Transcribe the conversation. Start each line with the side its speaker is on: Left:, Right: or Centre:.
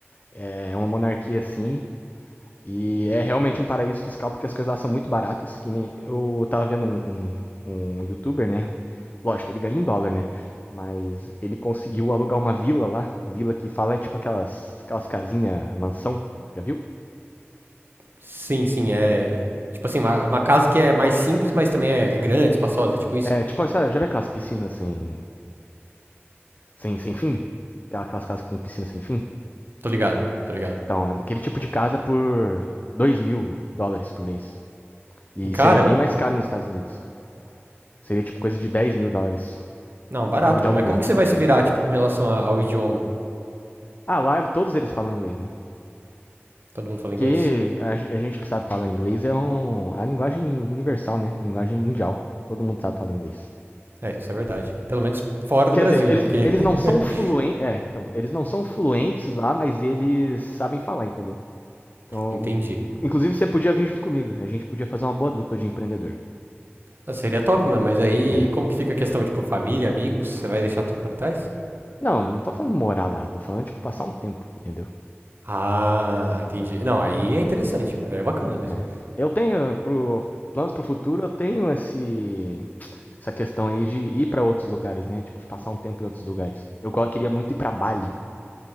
Left: É uma monarquia assim, E é realmente um paraíso fiscal porque as coisas lá são muito baratas. Que nem eu tava vendo um, um, um youtuber, né? Lógico, ele ganha em dólar, né? Mas ele conseguiu alugar uma vila lá. Vila que fala é tipo aquelas, aquelas casinhas mansão. Já viu?
Right: Sim, sim, é. Tipo assim, uma, uma casa que é mais simples, mas também é, é grande, espaçosa, é tipo isso.
Left: É tipo, sabe, já vê aquelas piscinas sem, sem, sem fim? Aquelas casas que tem piscina sem fim?
Right: Tô ligado, tô ligado.
Left: Então, é aquele tipo de casa por dois mil dólares por mês. E
Right: Caramba.
Left: seria bem mais caro nos Estados Unidos. Seria tipo coisa de dez mil dólares.
Right: Não, barato,
Left: Eu digo de
Right: mano.
Left: aluguel.
Right: Mas como que você vai se
Left: É,
Right: virar, tipo, com relação a- ao idioma?
Left: Ah, lá todos eles falam inglês, né?
Right: Todo mundo fala
Left: Porque
Right: inglês?
Left: a, gen- a gente que sabe falar inglês é um, a linguagem universal, né? Linguagem mundial. Todo mundo sabe falar inglês.
Right: É, isso é verdade. Pelo menos fora do
Left: Quer
Right: Brasil,
Left: dizer, eles,
Right: né? Porque.
Left: eles
Right: <laughs>
Left: não são fluentes. É, então, eles não são fluentes lá, mas eles sabem falar, entendeu? Então,
Right: Entendi.
Left: in- inclusive você podia vir junto comigo. A gente podia fazer uma boa dupla de empreendedor.
Right: Ah, seria top, mano, mas aí
Left: É.
Right: como que fica a questão, tipo, família, amigos? Você vai deixar tudo pra trás?
Left: Não, não tô falando morar lá, tô falando, tipo, passar um tempo, entendeu?
Right: Ah, entendi. Não, aí é interessante, mas aí é bacana mesmo.
Left: É. Eu tenho, pro, planos pro futuro, eu tenho esse, essa questão aí de ir para outros lugares, né? Tipo, passar um tempo em outros lugares. Eu queria muito ir para Bali,